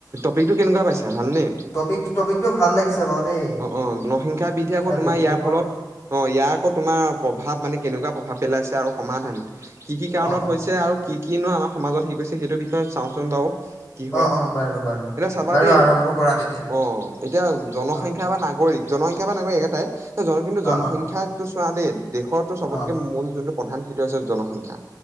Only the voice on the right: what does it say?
টো কেকুৱাাইছে <unintelligible> ভালনে?
অ অ জনসংখ্যা বৃদ্ধি আকৌ তোমাৰ
ইয়াৰ
ফলত অ, ইয়াৰ আকৌ তোমাৰ প্ৰভাৱ, মানে কেনেকুৱা প্ৰভাৱ? পেলাইছে আৰু সমাধান। কি কি কাৰণত
হৈছে? আৰু কি কিনো আমাৰ সমাজত শিক গৈছে, সেইটো বিষয়ে চাওঁচোন বাৰু। কি হয়,
এতিয়া চাবা
দেই,
অ এতিয়া জনসংখ্যা
বা নাগ নাগৰিক জনসংখ্যা বা নাগৰিক এটাই। জন কিন্তু জনসংখ্যাটো
আদে দেশ ৰতটো চবতক
মল যোনটো প্ৰধান সেইটো হৈছে জনসংখ্যা।